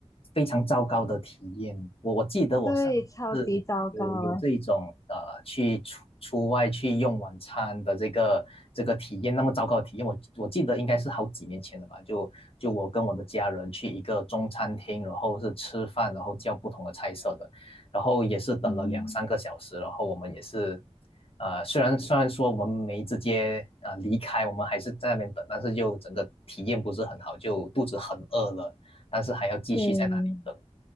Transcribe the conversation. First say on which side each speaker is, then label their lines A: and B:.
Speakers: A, on the left (about 55°); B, on the left (about 30°).
A: 非常糟糕的体验。我我记得我上嗯次有有这种呃去出出外去用晚餐的这个这个体验，
B: 对，超级糟糕啊，
A: 那么糟糕的体验，我我记得应该是好几年前了吧？就就我跟我的家人去一个中餐厅，然后是吃饭，然后叫不同的菜色的，然后也是等了两三个小时，
B: 嗯，
A: 然后我们也是。呃，虽然虽然说我们没直接呃离开，我们还是在那边等，但是就整个体验不是很好，就肚子很饿了，但是还要继续在那里等。
B: 对，